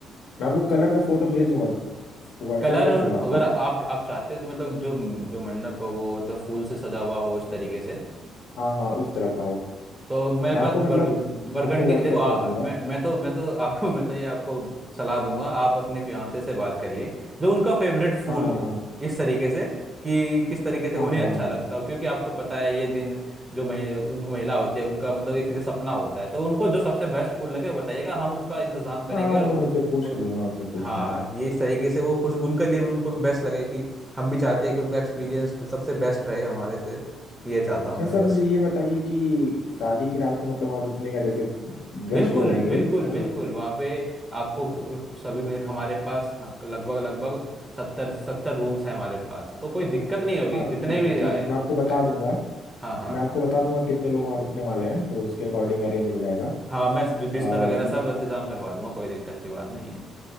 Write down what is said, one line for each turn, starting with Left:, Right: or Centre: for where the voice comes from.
Left: मैं आपको कलर का फोटो भेज दूंगा व्हाट्सअप
Right: कलर
Left: कर
Right: और
Left: दूंगा आपको
Right: अगर आप आप चाहते हो कि मतलब जो जो मंडप हो वो मतलब फूल से सजा हुआ हो इस तरीके से
Left: हाँ हाँ उस तरह का हो
Right: तो मेरे
Left: मैं
Right: पास
Left: आपको मतलब
Right: बर्ग बरगंडी
Left: आपको व्हाट्सअप
Right: देखो आ,
Left: कर दूंगा
Right: मैं मैं तो मैं तो आपको <laughs> मैं तो ये आपको सलाह दूंगा आप अपने फियांसे से बात करिए जो उनका फेवरेट फूल
Left: हाँ हाँ
Right: हो
Left: हाँ
Right: इस तरीके से कि किस तरीके से उन्हें
Left: हाँ हाँ
Right: अच्छा लगता हो क्योंकि आपको पता है ये दिन जो महि, उनको महिला होती है उनका मतलब एक तरीके से सपना होता है तो उनको जो सबसे बेस्ट फूल लगे वो बताइएगा हम उसका इंतजाम करेंगे
Left: हाँ हाँ
Right: और
Left: मैं
Right: उ,
Left: उनसे पूछ
Right: उ,
Left: लूंगा उनसे पूछ
Right: हाँ
Left: लूंगा
Right: ये इस तरीके से वो खुश उनके लिए भी उनको भी बेस्ट लगे कि हम भी चाहते हैं कि उनका एक्सपीरियंस सबसे बेस्ट रहे हमारे से ये चाहता
Left: अच्छा
Right: हूँ मैं
Left: सर
Right: बस
Left: मुझे ये बताइए कि शादी की रात को मतलब वहाँ रुकने का जैसे
Right: बिल्कुल
Left: गेस्ट जो रहेंगे
Right: बिल्कुल बिल्कुल
Left: अगर
Right: वहाँ पे आपको सभी में हमारे पास हाँ, लगभग लगभग सत्तर सत्तर रूम्स हैं हमारे पास तो कोई दिक्कत नहीं होगी
Left: हाँ
Right: जितने
Left: ठीक
Right: भी
Left: है ठीक
Right: आए
Left: है मैं आपको बता
Right: अ,
Left: दूंगा
Right: हाँ हाँ
Left: मैं आपको बता दूंगा कितने लोग वहाँ रुकने वाले हैं तो उसके अकॉर्डिंग अरेंज हो जाएगा
Right: हाँ मैं बिस्तर
Left: आ,
Right: वगैरह
Left: ये
Right: सब इंतजाम करवा दूंगा कोई दिक्कत की बात
Left: हम्म,
Right: नहीं
Left: हम्म।
Right: है